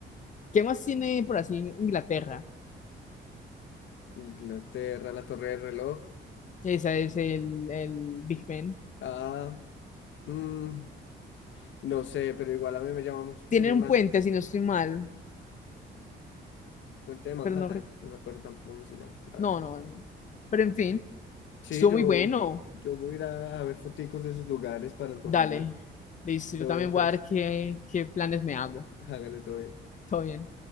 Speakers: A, on the left; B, on the left.
A: ¿Qué más tiene por así Inglaterra?
B: Inglaterra, la Torre del Reloj.
A: Esa es el, el Big Ben.
B: Ah, mm, no sé, pero igual a mí me llama mucho,
A: Tienen
B: pues, es
A: un
B: más
A: puente, si no estoy mal,
B: Puente de Manhattan,
A: pero no, re-
B: no me acuerdo tampoco cómo se llama, la
A: No,
B: verdad.
A: no, no. Pero en fin,
B: Sí,
A: estuvo
B: yo,
A: muy bueno.
B: yo voy a ir a, a ver foticos de esos lugares para antojarme.
A: Dale. Listo,
B: Todo
A: yo también
B: bien, pues,
A: voy a ver qué, qué planes me hago.
B: <laughs> hágale todo bien.
A: Todo bien.